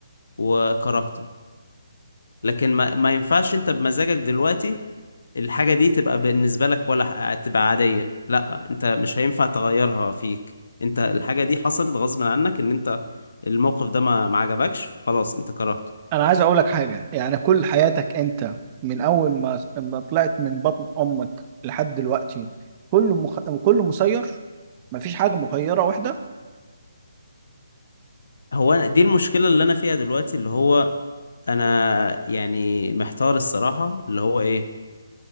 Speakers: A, on the left; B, on the right.
A: وكرهته لكن ما, ما ينفعش انت بمزاجك دلوقتي الحاجة دي تبقى بالنسبة لك ولا ح- تبقى عادية لا انت مش هينفع تغيرها فيك انت الحاجة دي حصلت غصب عنك ان انت الموقف ده ما ما عجبكش فخلاص انت كرهته
B: انا عايز اقول لك حاجه يعني كل حياتك انت من اول ما ما طلعت من بطن امك لحد دلوقتي كله مخ... كله مسير مفيش حاجه مخيره واحده
A: هو أنا- دي المشكلة اللي انا فيها دلوقتي اللي هو انا يعني محتار الصراحة اللي هو ايه